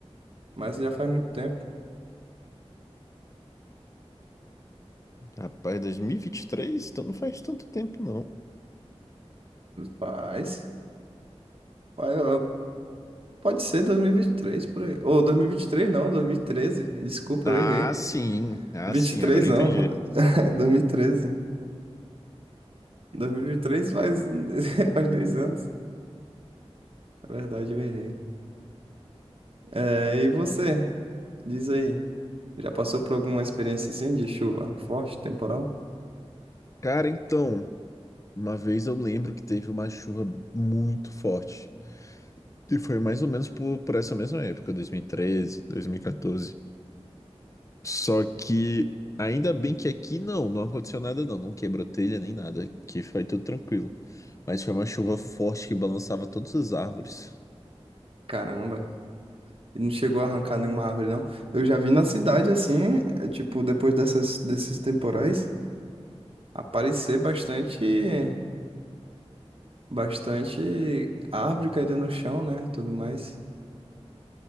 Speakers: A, on the right; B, on the left.
A: mas já faz muito tempo.
B: Rapaz, 2023? Então não faz tanto tempo, não.
A: Faz. Faz- Pode ser dois mil e e vinte e três por aí. Ou 2023 não, dois mil e treze Desculpa,
B: Ah,
A: eu errei.
B: sim. Ah,
A: vinte
B: sim.
A: e três
B: Agora eu
A: não.
B: entendi.
A: <laughs> <laughs> É 2013. 2003 faz, <laughs> faz dois anos. É verdade, eu errei. É, e você? Diz aí. Já passou por alguma experiência assim de chuva forte, temporal?
B: Cara, então, uma vez eu lembro que teve uma chuva muito forte. E foi mais ou menos por, por essa mesma época, 2013, 2014. Só que ainda bem que aqui não, não aconteceu nada não, não quebrou telha nem nada, que foi tudo tranquilo. Mas foi uma chuva forte que balançava todas as árvores.
A: Caramba. E não chegou a arrancar nenhuma árvore, não. Eu já vi na cidade assim, é, tipo, depois dessas, desses temporais, aparecer bastante, bastante árvore caída no chão, né? Tudo mais.